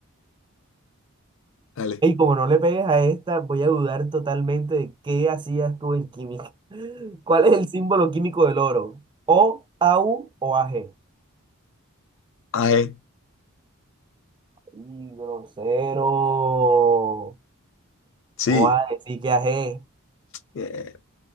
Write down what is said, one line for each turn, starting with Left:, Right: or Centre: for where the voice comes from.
Left: Dale.
Right: Y como no le pegues a esta, voy a dudar totalmente de qué hacías tú en química. <laughs> ¿Cuál es el símbolo químico del oro? O, AU o AG.
Left: Ah, eh,
Right: Y grosero.
Left: sí.
Right: ¿Cómo vas a decir que AG?
Left: Eh,